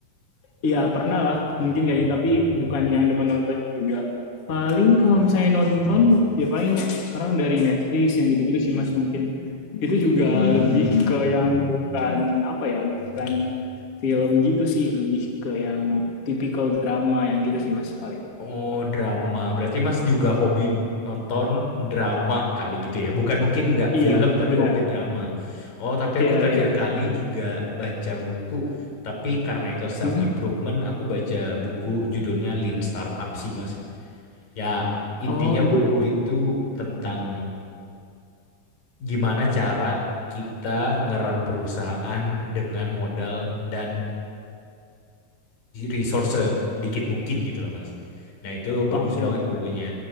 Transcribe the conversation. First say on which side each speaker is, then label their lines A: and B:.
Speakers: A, on the left (about 40°); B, on the left (about 75°).
A: Iya pernah lah mungkin kayak gitu tapi bukan yang demen nonton juga. Paling kalau misalnya nonton ya paling sekarang dari Netflix yang gitu-gitu sih mas mungkin itu juga
B: hmm
A: lebih ke yang bukan apa ya bukan film gitu sih lebih ke yang tipikal drama yang gitu sih mas paling.
B: oh drama berarti Mas juga hobi nonton drama kali gitu ya bukan mungkin nggak
A: Iya
B: film
A: benar.
B: tapi hobi drama oh tapi
A: Iya
B: aku terakhir
A: iya.
B: kali juga baca buku tapi karena itu self
A: Mm-mm.
B: improvement aku baca buku judulnya Lean Startup sih Mas ya intinya
A: Oh itu
B: buku itu tentang gimana cara kita ngeran perusahaan dengan modal dan resource dikit mungkin gitu loh Mas. Nah itu bagus
A: oke
B: banget
A: oke.
B: bukunya.